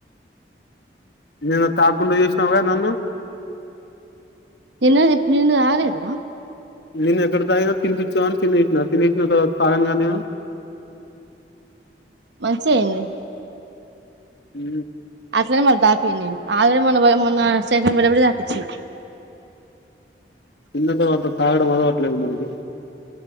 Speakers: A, on the left (about 75°); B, on the right (about 85°).
A: నేను తక్కుండ చేసినావుగాద నన్ను
B: నిన్నప్పు నిన్న తగనిద
A: నేను ఎక్కడ తగిన తిపించా అని తి తినేసేనక తగను కదా నేను
B: మంచి అయింది
A: ఉ
B: అట్లని మరి నేను ఆలే మన మొన్న సేఫ బబడి తపచ్చిన
A: తిన్న తర్వాత తాగడం అదవట్లేదు మనకి